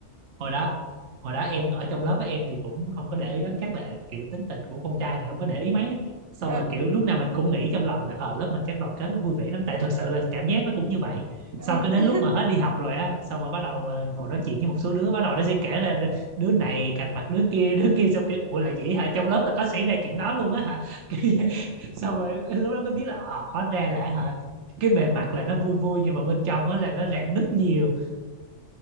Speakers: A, on the right; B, on the right.
A: hồi đó hồi đó em ở trong lớp á em thì cũng không có để ý lắm chắc là kiểu tính tình của con trai thì không có để ý mấy á. xong
B: Ừ,
A: mà kiểu lúc nào mình cũng nghĩ trong lòng là ở lớp mình chắc đoàn kết lắm vui vẻ lắm tại thật sự là cảm giác nó cũng như vậy
B: ừ,
A: xong cái đến
B: ừ.
A: lúc
B: <laughs>
A: mà hết đi học rồi á xong rồi bắt đầu ờ, ngồi nói chuyện với một số đứa bắt đầu nó sẽ kể là đứa này cạnh mặt đứa kia đứa kia xong kiểu ủa là vậy hả trong lớp là có xảy ra chuyện đó luôn á hả <laughs> Kiểu vậy. xong rồi lúc đó mới biết là ờ hóa ra là hả cái bề mặt là nó vui vui nhưng mà bên trong á là nó rạn nứt nhiều